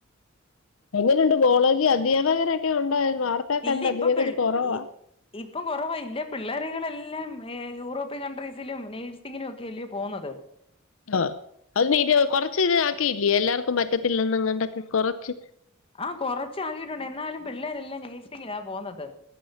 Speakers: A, on the left (about 70°); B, on the left (about 25°).
A: എങ്ങനെയുണ്ട് കോളേജി അധ്യാപകരൊക്കെ ഉണ്ടോ വാർ <unintelligible>
B: ഇല്ല ഇപ്പം പി
A: കൊറവാ
B: ഈ ഇപ്പം കൊറവാ ഇല്ലേ പിള്ളേര്കളെല്ലാം എ യൂറോപ്യൻ കൺട്രീസിലും നേഴ്സിങ്ങിനും ഒക്കെ അല്ലെ പോന്നത്
A: <inaudible> ആ അത് തീര കൊർച്ച് ഇത് ആക്കിയില്ലേ എല്ലാർക്കും പറ്റത്തില്ലന്നങ്ങണ്ടൊക്കെ കൊറച്ച്
B: ആ കൊറച്ചാക്കിട്ടുണ്ട് എന്നാലും പിള്ളേരെല്ലാം നേഴ്സിങ്ങിനാ പോന്നത്